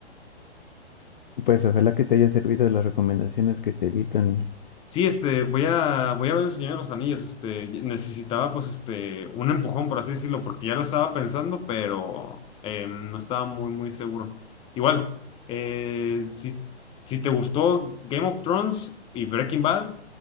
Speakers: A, on the left (about 45°); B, on the left (about 15°).
A: Pues ojalá que te haya servido las recomendaciones que te di, Tony.
B: Sí, este, voy a, voy a ver el Señor de los Anillos, este, necesitaba pues este, un empujón, por así decirlo, porque ya lo estaba pensando, pero eh, no estaba muy, muy seguro. Igual, eh, si, si te gustó Game of Thrones y Breaking Bad,